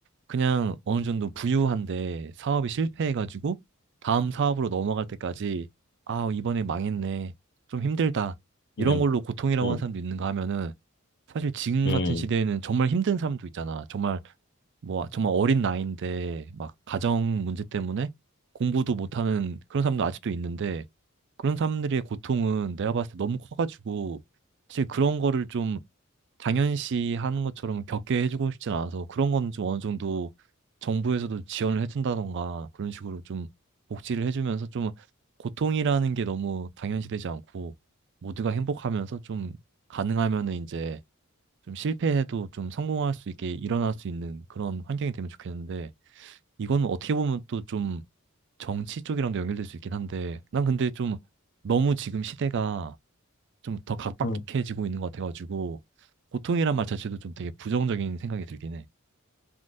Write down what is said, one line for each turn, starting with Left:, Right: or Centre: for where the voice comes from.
Right: 그냥 어느 정도 부유한데 사업이 실패해가지고 다음 사업으로 넘어갈 때까지 아, 이번에 망했네. 좀 힘들다. 이런
Left: 음,
Right: 걸로 고통이라고
Left: 음,
Right: 하는 사람도 있는가 하면은 사실 지금
Left: 음,
Right: 같은 시대에는 정말 힘든 사람도 있잖아. 정말 뭐 정말 어린 나이인데 막 가정 문제 때문에 공부도 못하는 그런 사람도 아직도 있는데 그런 사람들의 고통은 내가 봤을 때 너무 커가지고 사실 그런 거를 좀 당연시 하는 것처럼 겪게 해주고 싶진 않아서 그런 건 좀 어느 정도 정부에서도 지원을 해준다던가 그런 식으로 좀 복지를 해주면서 좀 고통이라는 게 너무 당연시 되지 않고 모두가 행복하면서 좀 가능하면은 이제 좀 실패해도 좀 성공할 수 있게 일어날 수 있는 그런 환경이 되면 좋겠는데 이거는 어떻게 보면 또 좀 정치 쪽이랑도 연결될 수 있긴 한데 난 근데 좀 너무 지금 시대가 좀 더 각박해지고
Left: 음.
Right: 있는 것 같아가지고 고통이란 말 자체도 좀 되게 부정적인 생각이 들긴 해.